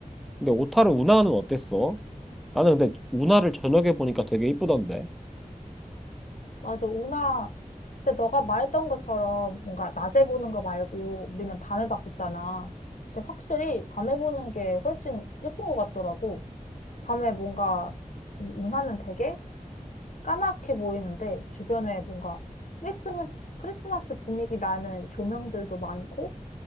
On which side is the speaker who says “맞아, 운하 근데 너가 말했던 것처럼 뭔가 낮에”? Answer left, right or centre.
Left